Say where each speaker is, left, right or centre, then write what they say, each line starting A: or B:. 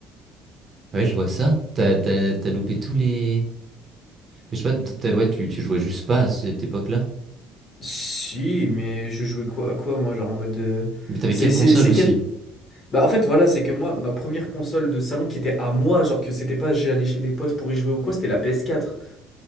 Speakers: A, on the right; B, on the left.
A: Ah Ouais, je vois ça. T'as, t'as- t'as loupé tous les... Mais je sais pas, t'as- ouais, tu, tu jouais juste pas à cette époque-là.
B: Si, mais je jouais quoi à quoi moi, genre en mode euh,
A: Mais t'avais
B: c'est
A: quelle console
B: c'est c'est
A: aussi?
B: quel Bah en fait voilà, c'est que moi ma première console de salon qui était à moi, genre que c'était pas j'allais chez des potes pour y jouer ou quoi, c'était la PS4,